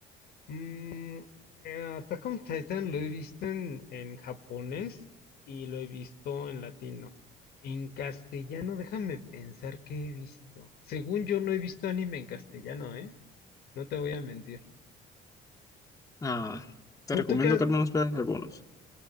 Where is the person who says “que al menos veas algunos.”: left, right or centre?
Left